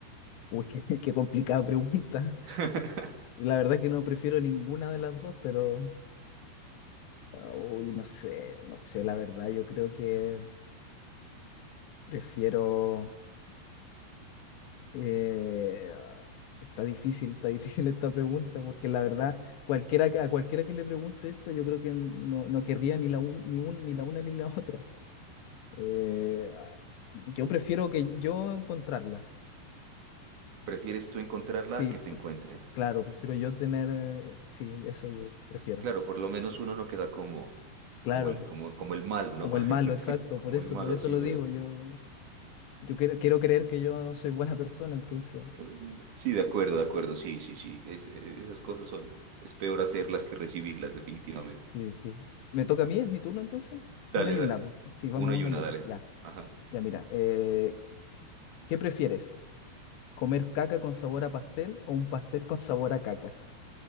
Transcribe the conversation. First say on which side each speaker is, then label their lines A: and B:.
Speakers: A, on the left; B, on the right.
A: Uy, <laughs> qué, qué complicada pregunta.
B: <laughs>
A: La verdad que no prefiero ninguna de las dos, pero, ah, uy, no sé, no sé, la verdad, yo creo que prefiero... Eh, está difícil, está difícil esta pregunta, porque la verdad, cualquiera, que- a cualquiera que le pregunte esto, yo creo que no, no querría ni la, un- ni un- ni la una ni la <laughs> otra. Eh, yo prefiero que yo encontrarla.
B: ¿Prefieres tú encontrarla
A: Sí,
B: a que
A: pr-
B: te encuentren?
A: claro, prefiero yo tener, eh, sí, eso yo prefiero.
B: Claro, por lo menos uno no queda como,
A: Claro,
B: como el, como, como el mal, ¿no?
A: como
B: <laughs>
A: el malo, exacto,
B: Como
A: por eso,
B: el malo,
A: por eso
B: sí,
A: lo
B: ¿verdad?
A: digo, yo, yo quiero, quiero creer que yo soy buena persona, entonces.
B: Mm, Sí, de acuerdo, de acuerdo, sí, sí, sí. es- eh, esas cosas son, es peor hacerlas que recibirlas, definitivamente.
A: Sí, sí. ¿Me toca a mí? ¿Es mi turno entonces? Una
B: Dale,
A: y
B: dale.
A: una. po. Sí, vamos
B: Una
A: una
B: y una,
A: y una.
B: dale.
A: Ya,
B: Ajá.
A: ya mira. eh, ¿qué prefieres? ¿Comer caca con sabor a pastel o un pastel con sabor a caca?